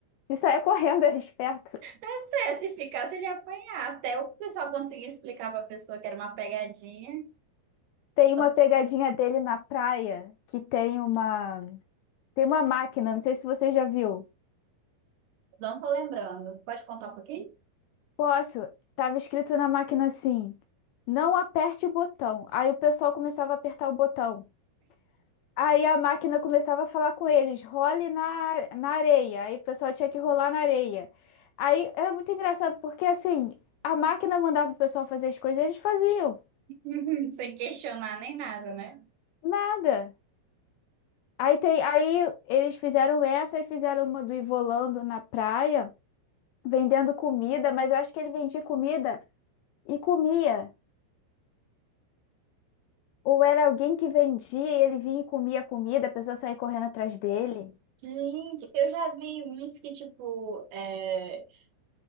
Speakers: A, on the left (about 85°); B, on the right (about 75°).
A: E saía correndo, era esperto.
B: É sério, se ficasse, ele ia apanhar. Até o pessoal conseguir explicar pra pessoa que era uma pegadinha.
A: Tem uma
B: Nossa,
A: pegadinha dele na praia que tem uma tem uma máquina, não sei se você já viu.
B: Não tô lembrando. Pode contar um pouquinho?
A: Posso? Tava escrito na máquina assim: "Não aperte o botão". Aí o pessoal começava a apertar o botão. Aí a máquina começava a falar com eles: "Role na na areia". Aí o pessoal tinha que rolar na areia. Aí era muito engraçado porque assim, a máquina mandava o pessoal fazer as coisas, e eles faziam.
B: <laughs> Sem questionar nem nada, né?
A: Nada. Aí, tem, aí eles fizeram essa e fizeram uma do Ivolando na praia, vendendo comida, mas eu acho que ele vendia comida e comia. Ou era alguém que vendia e ele vinha e comia a comida, a pessoa saía correndo atrás dele.
B: Gente, eu já vi uns que, tipo, é,